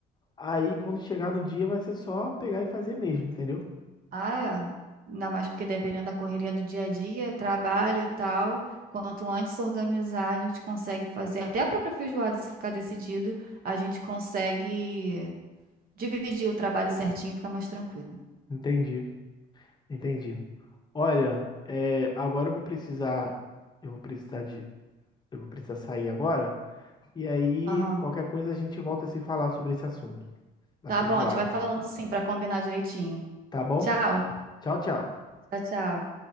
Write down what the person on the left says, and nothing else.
aí quando chegar no dia vai ser só pegar e fazer mesmo, entendeu?
Entendi, entendi. Olha, é, agora eu vou precisar, eu vou precisar de, eu vou precisar sair agora. E aí,
qualquer coisa a gente volta a se falar sobre esse assunto da
feijoada,
tá bom?
Tchau, tchau.